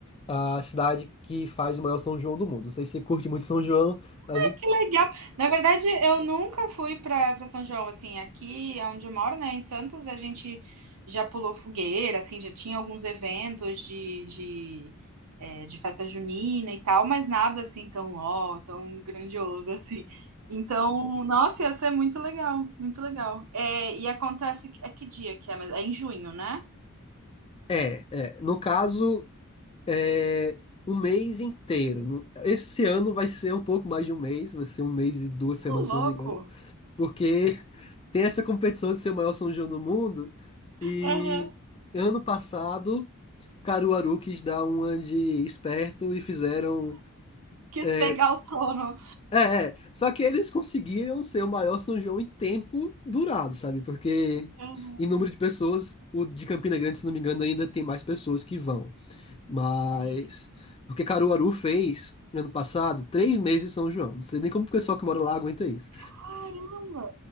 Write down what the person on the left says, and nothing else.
a cidade que faz o maior São João do mundo. Não sei se você curte muito São João, mas
é, é. No caso, é, o mês inteiro. No- Esse ano vai ser um pouco mais de um mês, vai ser um mês e duas semanas,
se eu não me engano, porque <laughs> tem essa competição de ser o maior São João do mundo. E
ano passado, Caruaru quis dar uma de esperto e fizeram.
É,
é, é. só que eles conseguiram ser o maior São João em tempo durado, sabe? Porque
em número de pessoas, o de Campina Grande, se não me engano, ainda tem mais pessoas que vão. Mas.
Porque Caruaru fez, ano passado, três meses em São João. Não sei nem como o pessoal que mora lá aguenta isso.